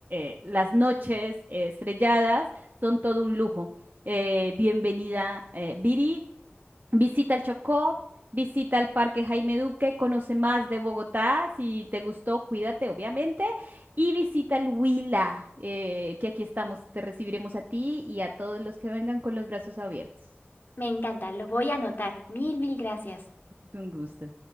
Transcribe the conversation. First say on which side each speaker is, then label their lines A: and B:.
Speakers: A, on the right; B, on the left.
A: eh, las noches eh, estrelladas son todo un lujo. Eh, bienvenida, eh, Viri. Visita el Chocó, visita el Parque Jaime Duque, conoce más de Bogotá, si te gustó, cuídate, obviamente, y visita el Huila, eh, que aquí estamos, te recibiremos a ti y a todos los que vengan con los brazos abiertos.
B: Me encanta, lo voy a anotar. Mil, mil gracias.
A: Con gusto.